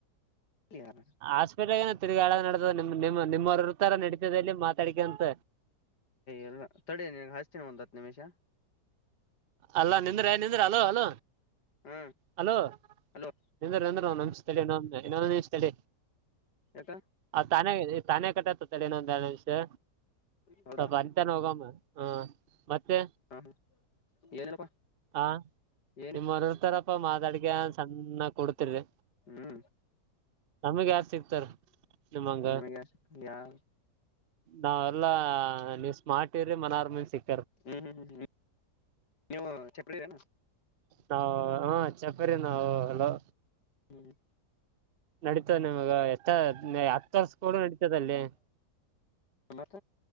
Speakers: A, on the left; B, on the right.
A: ಎಲ್ಲಿ ಯಾರ
B: ಹಾಸ್ಪಿಟ್ಲ್ಏನ ತಿರುಗಾಳದ ನಡತದೆಮ್ ನಿ ನಿಮ್ಮವರು ಇರ್ತಾರ ನಡತದೆಲ್ಲಿ ಮಾತಾಡಿಕಂತ
A: ಎಲ್ಲ ತಡಿ ನಿನಗ್ ಹಚ್ತೀನಿ ಒಂದ್ ಹತ್ತು ನಿಮಿಷ
B: ಅಲ್ಲ ನಿಂದ್ರೆ ನಿಂದ್ರೆ ಅಲೋ ಅಲ
A: ಹ್ಮ್
B: ಹಲೋ
A: ಹಲೋ
B: ಎಂದ್ರಂದ್ರ ನನ್ಸ ಇನ್ನೊ ಇನ್ನೊಂದೇ ಇಷ್ಟಳ
A: ಯಾಕ
B: ಆ ತಾನ ತಾನೇ ಕಟ್ಟತತ್ತ ಏನೊಂದ ವಿಷಯ
A: ಹೌದಾ
B: ಸ್ವಲ್ಪ ಅಂತಾನ ಹೋಗಮ್ಮ ಹಾ ಮತ್ತೆ
A: ಹ ಏನಿಲ್ಲಪ್ಪಾ
B: ಹ
A: ಏನ್
B: ನಿಮ್ಮ್ ಮರರ್ತಾರಪ್ಪ ಮಾದಾಡ್ಗೆ ಕೊಡ್ತಿರ್ರಿ
A: ಹ್ಮ್
B: ನಮಗ್ ಯಾರ್ು ಸಿಗ್ತಾರ ನಿಮ್ಮಂಗ
A: ನಿಮಗೆ ಯಾವ
B: ನಾವೆಲ್ಲಾ ಸ್ಮ್ಟ ಇ ರರಿ ಮನಾರರಮೇಲ್ ಸಿಕ್
A: ಹ್ಮ್ ಹ್ಮ್ ಹ್ಮ್ ಹ್ಮ್ ನೀವು ಚಪ್ಪಡಿರೇ
B: ನಾವು ಹ ಚಪ್ಪರಿ ನಾವು ಹಲೋ.
A: ಹ್ಮ್.
B: ನಡೀತದ ನಿಮಗ ಎತ್ತ ಹತ್ತಸ. ಕೋಡ್ ನಡಿತದಲ್ಲಿ.
A: ಮತ್ತ